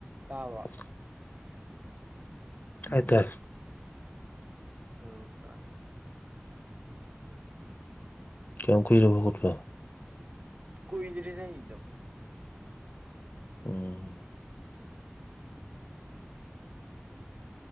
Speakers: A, on the right; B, on the left.
A: ꯇꯥꯕ꯭ꯔ?
B: <unintelligible> ꯍꯥꯏ ꯇꯥꯏ
A: ꯑ ꯇꯥꯏꯌꯦ
B: ꯀꯌꯥꯝ ꯀꯨꯏꯔꯕ ꯈꯣꯠꯄ
A: ꯀꯨꯏꯗꯔꯤꯗꯥꯏ <unintelligible>
B: ꯎꯝ